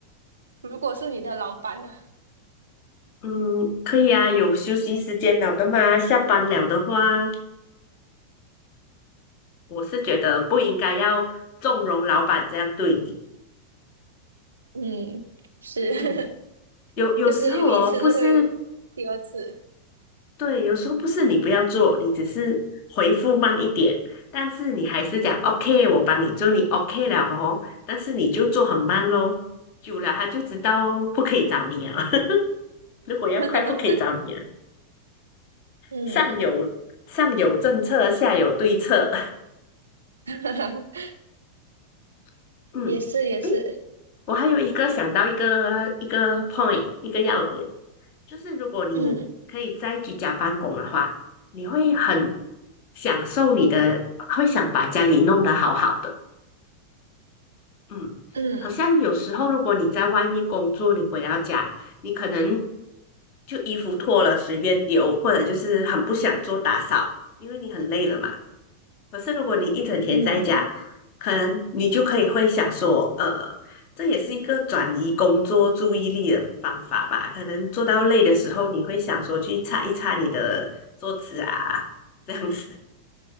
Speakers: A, on the right; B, on the left.
A: 如果是你的老板呢？
B: 嗯，可以啊，有休息时间了的嘛。下班了的话，我是觉得不应该要纵容老板这样对你。
A: 嗯，是，
B: 嗯，
A: <laughs>
B: 有有时候哦，
A: 就是有一次就会有第二次。
B: 不是，对，有时候不是你不要做，你只是回复慢一点，但是你还是讲 OK，我帮你做，你 OK 了哦，但是你就做很慢咯，久了他就知道哦，不可以找你啊。<laughs> 如果要快，
A: <laughs>
B: 不可以找你啊。
A: 嗯，
B: 上有上有政策，下有对策。
A: <laughs>
B: <laughs> 嗯。
A: 也是也是，
B: 诶我还有一个想到一个一个 point 一个要点，就是如果你可以在居家办公的话，
A: 嗯
B: 你会很享受你的，会想把家里弄得好好的。嗯，
A: 嗯
B: 好像有时候如果你在外面工作，你回到家，你可能就衣服脱了随便丢，或者就是很不想做打扫，因为你很累了嘛。可是如果你一整天在家，
A: 嗯。
B: 可能你就可以会想说，呃，这也是一个转移工作注意力的方法吧？可能做到累的时候，你会想说去擦一擦你的桌子啊，这样子。